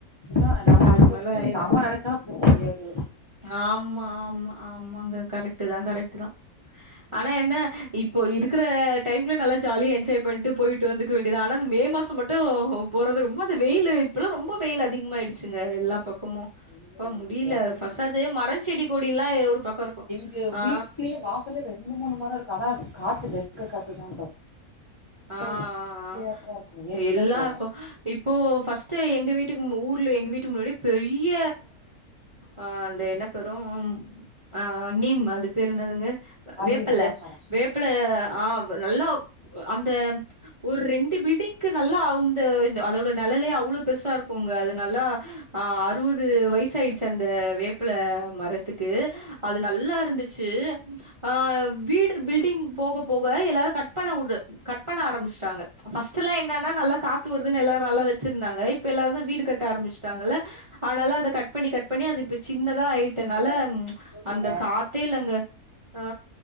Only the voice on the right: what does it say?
அதுக்கு
மேல எல்லா
ஆமா ஆமா ஆமாங்க கரெட் தான் கரெட் தான் ஆனா என்ன இப்போ இருக்குற டைம்ல நல்லா ஜாலியா என்ஜாய் பண்ணிட்டு போயிட்டு வந்துக்க வேண்டியதுதான் ஆனா இந்த மே மாசம் சோ மட்டும் போறது ரொம்ப அந்த வெயில்லு இப்பல்லாம் ரொம்ப வெயில் அதிகமாயிடுச்சுங்க எல்லா பக்கமும்
அப்பா முடில
பஸ்டாவது மரம் செடி கொடி எல்லாம் ஒரு பக்கோம் இருக்கும்
ஆ,
ஆ
ஆ
ஆ
எல்லாம்
இப்போ இப்போ ஃபர்ஸ்ட்டு எங்க வீட்டுக்கு மு ஊர்ல எங்க வீட்டுக்கு முன்னாடி பெரிய அ அந்த என்ன பெரும் அ நீம் அது அது பேரு என்னதுங்க
வேப்பெல்ல
வேப்பெல்ல ஆ நல்லா அந்த ஒரு ரெண்டு பில்டிங்க்கு நல்லா அ இந்த அதோட நெழலே அவ்வளோவு பெருசா இருக்கும்ங்க அது நல்லா ஆ அறுபது வயசு ஆயிடுச்சு அந்த வேப்பல மர த்துக்கு அது நல்லா இருந்துச்சு ஆ வீடு பில்டிங் போக போக எல்லாரும் கட் பண்ண வுடு கட் பண்ண ஆரம்புச்ட்டாங்க ஃப்ஸ்ட்டுலாம் என்னன்னா நல்லா காத்து வருதுன்னு எல்லாரும் நல்லா வச்சிருந்தாங்க இப்ப எல்லாரும் தான் வீடு கட்ட ஆரம்பிச்சுட்டாங்கல்ல அதனால அத கட் பண்ணி கட் பண்ணி அது இப்ப பெ சின்னதா ஆயிட்டனால
அந்த காத்தே இல்லங்க ஆ